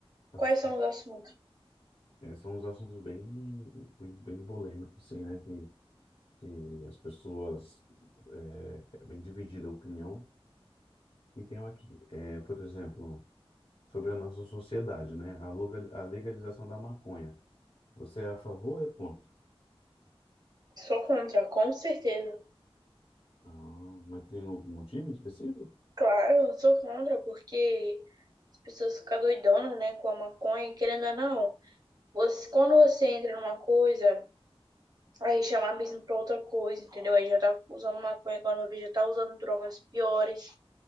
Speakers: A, on the left; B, on the right.
A: Ass-
B: Quais são os assuntos?
A: é, São uns assuntos bem, bem, bem polêmicos, assim, né? Que, que as pessoas. É, é bem dividida a opinião. E tem aqui, é, por exemplo, sobre a nossa sociedade, né? A, loga- a legalização da maconha. Você é a favor ou é contra?
B: Sou contra, com certeza.
A: Ah, mas tem algum motivo específico?
B: Claro, eu sou contra, porque as pessoas ficam doidonas, né, com a maconha, querendo ou não. Você, quando você entra numa coisa, aí chama abismo pra outra coisa, entendeu? Aí já tá usando maconha, quando eu vejo, já tá usando drogas piores.